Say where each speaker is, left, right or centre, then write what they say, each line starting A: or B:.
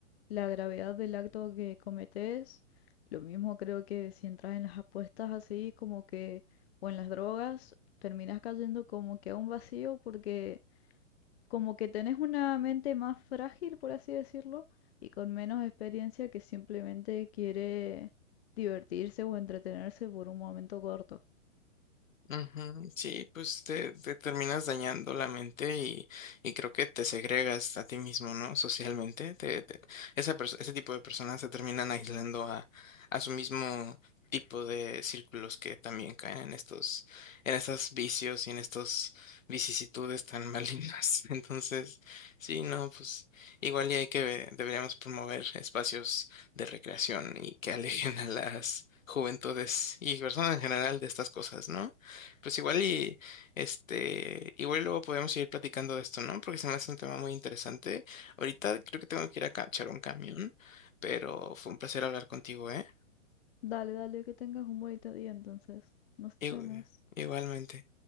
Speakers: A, on the left; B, on the left.
A: la gravedad del acto que cometes. Lo mismo creo que si entras en las apuestas así, como que, o en las drogas, terminas cayendo como que a un vacío porque como que tenés una mente más frágil, por así decirlo, y con menos experiencia que simplemente quiere divertirse o entretenerse por un momento corto.
B: Ujú, Sí, pues te, te terminas dañando la mente y, y creo que te segregas a ti mismo, ¿no? Socialmente. Te, te- esa pers- ese tipo de personas se terminan aislando a, a su mismo tipo de círculos que también caen en estos, en estos vicios y en estas vicisitudes tan malignas. <laughs> Entonces, sí, no, pues igual y hay que, deberíamos promover espacios de recreación y que alejen a las juventudes y personas en general de estas cosas, ¿no? Pues igual y este, igual luego podemos seguir platicando de esto, ¿no? Porque se me hace un tema muy interesante. Ahorita creo que tengo que ir a cachar un camión, pero fue un placer hablar contigo, ¿eh?
A: Dale, dale, que tengas un bonito día entonces. Nos
B: Igu-
A: vemos.
B: Igualmente.